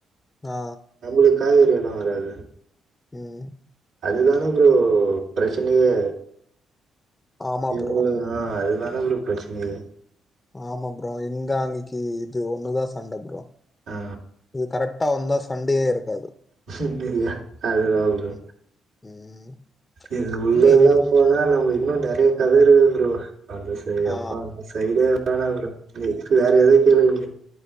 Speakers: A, on the left (about 20°); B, on the right (about 85°).
A: ஆ.
B: நம்மளுக்கு காய்கறி எவ்ளோ <unintelligible>
A: ம்
B: இதான ப்ரோ பிரச்சனையே
A: ஆமா
B: இவுங்களு
A: ப்ரோ.
B: ஆ அதுதா அதா ப்ரோ பிரச்சனையே
A: ஆமா ப்ரோ எங்க அங்கக்கி இது ஒன்னு தா சண்ட ப்ரோ
B: ஆ
A: இது கரெக்டா வந்தா சண்டையே இருக்காது
B: ஆஹ் அதுதான்ப்ரோ
A: ம். ம்.
B: இது உள்ளல்லாம்
A: எங்க இங்
B: போனா நம்ம இன்னு நெறய கத இருக்குது ப்ரோ அந்த சரி
A: ஆ.
B: அப்பா அந்த சைடே வேணா ப்ரோ எதுக்கு வேற ஏது கேளுங்க ப்ரோ